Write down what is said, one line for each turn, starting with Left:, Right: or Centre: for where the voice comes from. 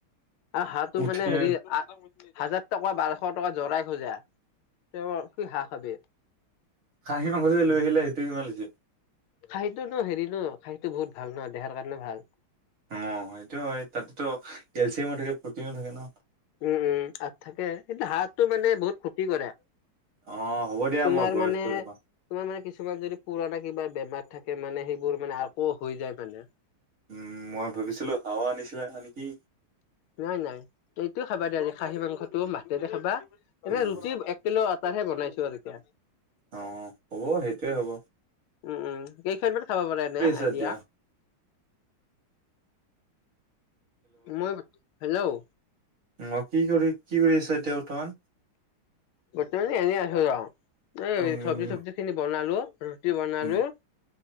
Left: আৰু হাঁহটো
Right: উঠে
Left: মানে হেৰি হাজাৰ টকা বাৰশ টকা জৰাই খোজে। <unintelligible> কি হাঁহ খাবি।
Right: খাঁহী মাংস যদি লৈ আহিলে সেইটোৱেই ভাল হৈছে।
Left: খাহীটো ন হেৰি ন খাহিটো বহুত ভাল নহ দেহাৰ কাৰণে ভাল।
Right: অ সেইটো হয় তাতেতো কেলচিয়ামো থাকে প্ৰটিনো থাকে ন।
Left: উম উম আৰু থাকে, কিন্তু হাঁহটো মানে বহুত ক্ষতি কৰে।
Right: অ হ'ব দিয়া
Left: তোমাৰ
Right: মই গৈ
Left: মানে
Right: আছো ৰবা
Left: তোমাৰ মানে কিছুমান যদি পুৰাণা কিবা বেমাৰ থাকে মানে সেইবোৰ মানে আকৌ হৈ যায় মানে।
Right: উম মই ভাবিছিলো হাঁহ ও আনিছিলা নেকি?
Left: নাই নাই এইটো খাবা দিয়া অজি। খাহী মাংসটো ভাতেৰে খাবা, এনে
Right: উম
Left: ৰুটি এক কিলো তাৰহে বনাইছো আৰ এতিয়া।
Right: অ হ'ব সেইটোৱে হ'ব।
Left: উম উম কেইখনমান খাব পাৰে এনে
Right: কি কৰি আছা
Left: আইডিয়া?
Right: এতিয়া
Left: মই হেল্ল'
Right: অ কি কৰি কি কৰি আছে এতিয়া বৰ্তমান
Left: বৰ্তমানে এনে আছো এ
Right: উম
Left: চবজি তবজি খিনি বনালো বনালো
Right: উম,